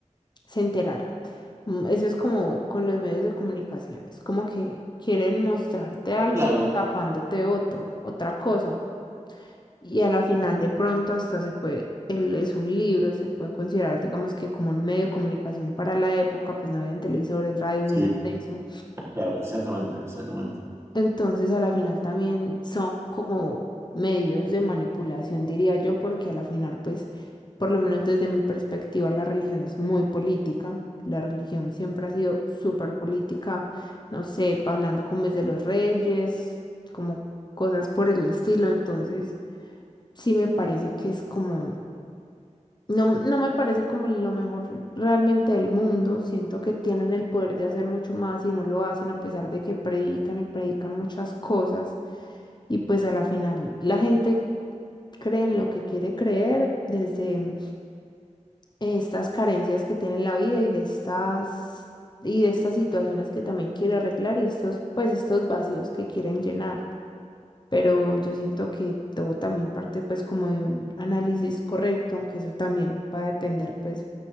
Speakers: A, on the left (about 35°); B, on the right (about 20°).
A: se enterara. Mm, Eso es como con los medios de comunicación, es como que quieren mostrarte algo
B: Claro,
A: tapándote otro, otra cosa. Y a la final de pronto hasta se puede, el- es un libro, se puede considerar, digamos que como un medio de comunicación para la época, pues no habían televisores, radios
B: sí,
A: ni nada de eso.
B: claro, exactamente, exactamente.
A: Entonces, a la final también son como medios de manipulación, diría yo, porque a la final, pues, por lo menos desde mi perspectiva, la religión es muy política. La religión siempre ha sido súper política, no sé, pa- hablando como es de los reyes, como cosas por el estilo. Entonces, sí me parece que es como, no, no me parece como lo mejor realmente del mundo. Siento que tienen el poder de hacer mucho más y no lo hacen a pesar de que predican y predican muchas cosas. Y pues a la final la gente cree en lo que quiere creer desde estas carencias que tiene en la vida y de estas y de estas situaciones que también quiere arreglar y estos pues estos vacíos que quieren llenar. Pero yo siento que todo también parte pues como de un análisis correcto, aunque eso también va a depender pues